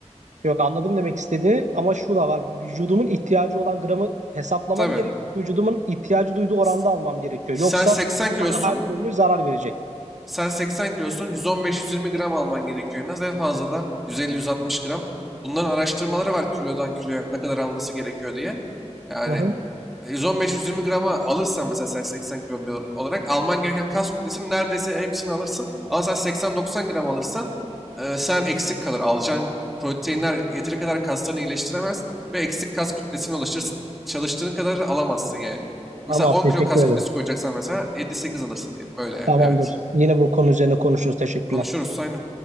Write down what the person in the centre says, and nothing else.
Tabii.
S-
Sen
80 kilosun.
Sen 80 kilosun 115-120 gram alman gerekiyor en az. En fazla da 150-160 gram. Bunların araştırmaları var kilodan kiloya ne kadar alması gerekiyor diye. Yani
e, 115-120 grama alırsan mesela sen 80 kilo olarak alman gereken kas kütlesinin neredeyse hepsini alırsın. Ama sen 80-90 gram alırsan e, sen eksik kalır. Alacağın proteinler yeteri kadar kaslarını iyileştiremez ve eksik kas kütlesini oluşturursun. Çalıştığın kadar alamazsın yani.
Mesela 10
kilo kas
kütlesi koyacaksan mesela 7-8 alırsın diyelim. Öyle yani.
Evet.
Konuşuruz aynen.